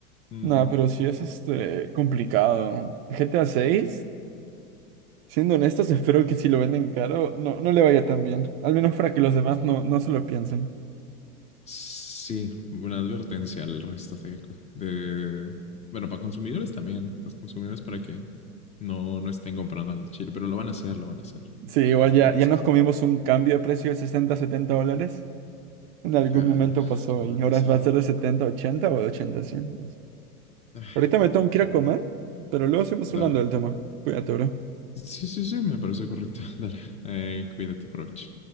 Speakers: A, on the left; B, on the right.
A: Ujú.
B: Nada, pero sí es este complicado. GTA seis siendo honestos, espero que si lo venden caro, no, no le vaya tan bien. Al menos para que los demás no, no se lo piensen.
A: Sí, una advertencia al resto de, de- Bueno, para consumidores también. Los consumidores para que no, no estén comprando al chile, pero lo van a hacer, lo van a hacer.
B: Sí,
A: Sí,
B: igual
A: lo
B: ya,
A: van a
B: ya
A: hacer.
B: nos comimos un cambio de precio de 60 70 dólares. En algún
A: Ya,
B: momento
A: no, <laughs>
B: pasó
A: lo
B: y
A: van
B: ahora
A: a hacer.
B: va a ser de 70 80 o de 80, 100.
A: Ay,
B: Ahorita
A: no,
B: me
A: no,
B: tengo que
A: no.
B: ir a comer,
A: no.
B: pero luego seguimos
A: Dale.
B: hablando del tema. Cuídate, bro.
A: Sí, sí, sí, me parece correcto. <laughs> Dale. Eh, cuídate, provecho.